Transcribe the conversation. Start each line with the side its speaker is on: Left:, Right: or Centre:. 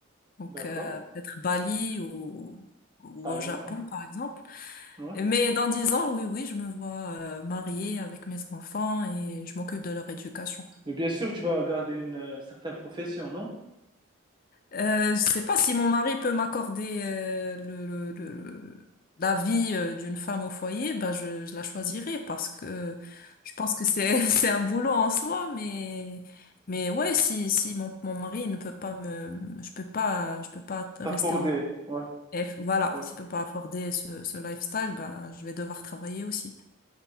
Left: Donc
Right: d'accord,
Left: euh, peut-être Bali ou, ou
Right: Thaïlande,
Left: au Japon, par exemple.
Right: ouais.
Left: Mais dans dix ans, oui, oui, je me vois euh, mariée avec mes enfants et je m'occupe de leur éducation.
Right: Mais bien sûr, tu vas garder une euh, certaine profession, non?
Left: Euh, je sais pas si mon mari peut m'accorder euh, le, le, le- le- la vie euh, d'une femme au foyer, ben je, je la choisirais parce que je pense que c'est <laughs> c'est un boulot en soi, mais mais ouais si si mon, mon mari ne peut pas me je peux pas je peux pas rester
Right: T'as fordé,
Left: au
Right: ouais,
Left: F voilà
Right: ouais.
Left: s'il peut pas afforder ce, ce lifestyle ben je vais devoir travailler aussi.